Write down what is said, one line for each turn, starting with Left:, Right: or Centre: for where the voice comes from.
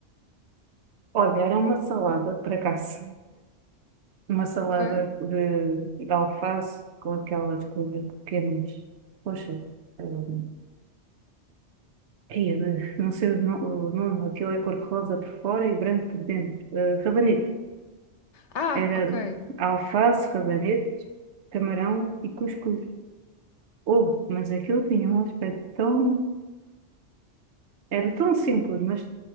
Right: Olha, era uma salada, por acaso. Uma salada
Left: Ok.
Right: de, de alface com aquelas coisas pequenas. Poxa, hum, ai, eh, não sei o, no- o nome, aquilo é cor-de-rosa por fora e branco por dentro. Eh, rabanete.
Left: Ah,
Right: Era
Left: ok.
Right: alface, rabanete, camarão e cuscuz. oh, mas aquilo tinha um aspecto tão. Era tão simples, mas